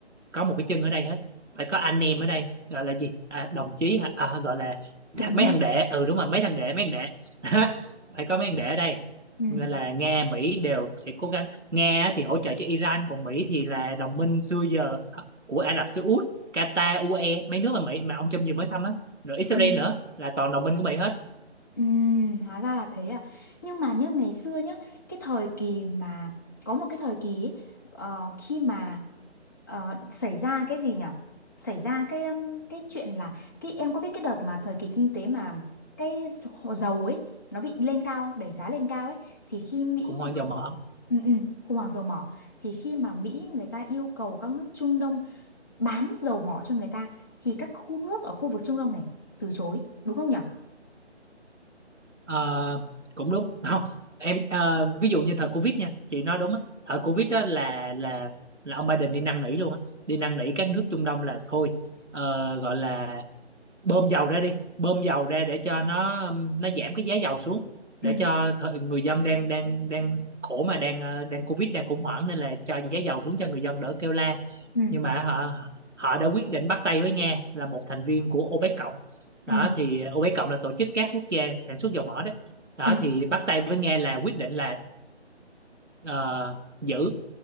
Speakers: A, on the right; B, on the left.
A: có một cái chân ở đây hết phải có anh em ở đây gọi là gì à, đồng chí hả? à, gọi là th-
B: Đồng
A: mấy
B: minh.
A: thằng đệ ừ đúng rồi mấy thằng đệ mấy thằng đệ <laughs> phải có mấy thằng đệ ở đây
B: Ừ.
A: nên là Nga Mỹ đều sẽ cố gắng Nga thì hỗ trợ cho Iran còn Mỹ thì là đồng minh xưa giờ à, của Ả Rập Xê Út Qatar UAE mấy nước mà Mỹ mà ông Trump vừa mới thăm á rồi Israel
B: Ừ.
A: nữa là toàn đồng minh của Mỹ hết
B: Ừm, hóa ra là thế à. Nhưng mà nhớ ngày xưa nhá, cái thời kỳ mà có một cái thời kỳ ấy, ờ, khi mà ờ, xảy ra cái gì nhỉ? Xảy ra cái um, cái chuyện là cái em có biết cái đợt mà thời kỳ kinh tế mà cái hồ- dầu ấy nó bị lên cao, đẩy giá lên cao ấy thì khi Mỹ
A: khủng hoảng
B: nó
A: dầu mỡ
B: ừ, ừ, khủng hoảng dầu mỏ thì khi mà Mỹ người ta yêu cầu các nước Trung Đông bán dầu mỏ cho người ta thì các khu nước ở khu vực Trung Đông này từ chối, đúng không nhỉ?
A: Ờ, cũng đúng <laughs> không em ờ, ví dụ như thời Covid nha chị nói đúng á thời Covid á là là là ông Biden đi năn nỉ luôn á đi năn nỉ các nước Trung Đông là thôi ờ, gọi là bơm dầu ra đi bơm dầu ra để cho nó ừm, nó giảm cái giá dầu xuống để
B: Ừ.
A: cho thời, người dân đang đang đang khổ mà đang ờ, đang Covid đang khủng hoảng nên là cho giá dầu xuống cho người dân đỡ kêu la
B: Ừ.
A: nhưng mà họ họ đã quyết định bắt tay với Nga là một thành viên của OPEC cộng đó
B: Ừ,
A: thì OPEC cộng là tổ chức các quốc gia sản xuất dầu mỏ đó đó
B: ừ,
A: thì bắt tay với Nga là quyết định là ờ, giữ